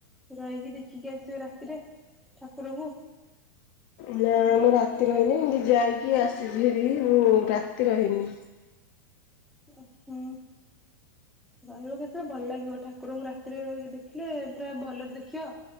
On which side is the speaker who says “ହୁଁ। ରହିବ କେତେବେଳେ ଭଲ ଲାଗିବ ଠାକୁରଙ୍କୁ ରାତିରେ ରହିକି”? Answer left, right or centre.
Centre